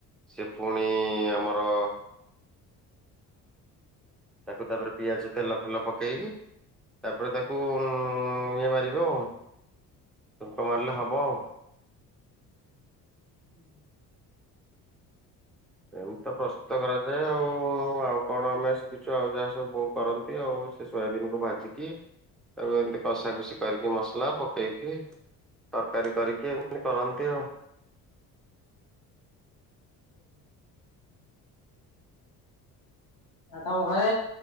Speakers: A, in the centre; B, on the left (about 45°).
A: ସେ ପୁଣି ଆମର ତାକୁ ତାପରେ ପିଆଜ ତେଲ ଫେଲ ପକେଇକି ତାପରେ ତାକୁ ଇଏ ମାରିବେ ଆଉ ଛୁଙ୍କ ମାରିଲେ ହବ ଆଉ।
B: ହୁଁ।
A: ଏମିତି ତ ପ୍ରସ୍ତୁତ କରାଯାଏ ଆଉ। ଆଉ କଣ ଆମେ ଶିଖିଚୁ ଆଉ ଯାହା ସବୁ ବୋଉ କରନ୍ତି ଆଉ ସେ ସୋୟାବନ୍ କୁ ଭାଜିକି ତାକୁ ଏମିତି କଷା କଷି କରିକି ମସଲା ପକେଇକି ତରକାରୀ କରିକି ଏମିତି କରନ୍ତି ଆଉ।
B: <inaudible> ଆଉ ତମ ଘରେ